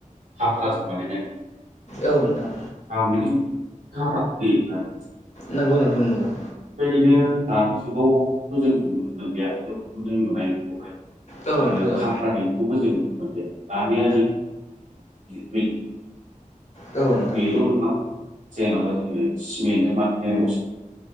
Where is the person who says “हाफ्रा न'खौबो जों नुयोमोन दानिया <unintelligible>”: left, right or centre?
Right